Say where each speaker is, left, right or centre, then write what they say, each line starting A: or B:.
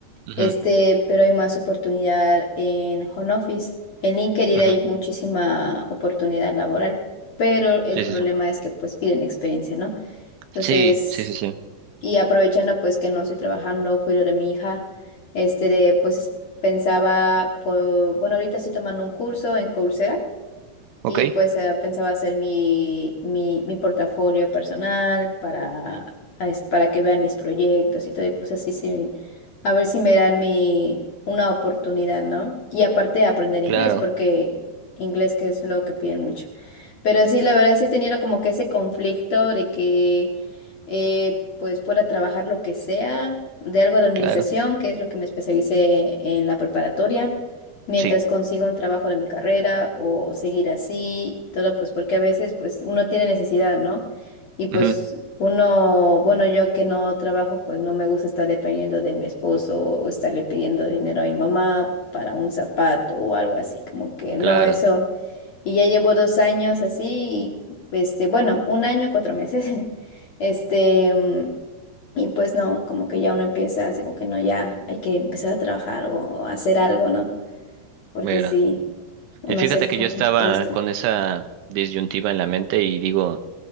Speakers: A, on the right (about 80°); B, on the left (about 55°).
A: ujú,
B: Este, pero hay más oportunidad en home office. En LinkedIn
A: ujú.
B: hay muchísima oportunidad laboral, pero el
A: Sí,
B: problema
A: sí, sí.
B: es que pues piden experiencia, ¿no? Entonces,
A: Sí, sí, sí, sí.
B: y aprovechando pues que no estoy trabajando, cuido de mi hija, este, de, pues es- pensaba, po- bueno, ahorita estoy tomando un curso en Coursera
A: Ok,
B: y pues eh, pensaba hacer mi, mi, mi portafolio personal para, es- para que vean mis proyectos y todo, y pues así sí, a ver si me dan mi, una oportunidad, ¿no? Y aparte aprender inglés,
A: claro,
B: porque inglés que es lo que piden mucho. Pero sí, la verdad sí he tenido como que ese conflicto de que eh, pues pueda trabajar lo que sea, de algo de administración,
A: claro.
B: que es lo que me especialicé en la preparatoria, mientras
A: Sí,
B: consigo un trabajo de mi carrera o seguir así, y todo pues porque a veces pues uno tiene necesidad, ¿no? Y pues
A: ujú,
B: uno, bueno, yo que no trabajo, pues no me gusta estar dependiendo de mi esposo o estarle pidiendo dinero a mi mamá para un zapato o algo así, como que no,
A: claro.
B: eso. Y ya llevo dos años así, y, este, bueno, un año, cuatro meses. <laughs> Este, mm, y pues no, como que ya uno empieza así como que no, ya hay que empezar a trabajar o, o hacer algo, ¿no? Porque
A: Mira.
B: sí, uno
A: Eh, Fíjate
B: se fu-
A: que yo estaba
B: frustra.
A: con esa disyuntiva en la mente y digo.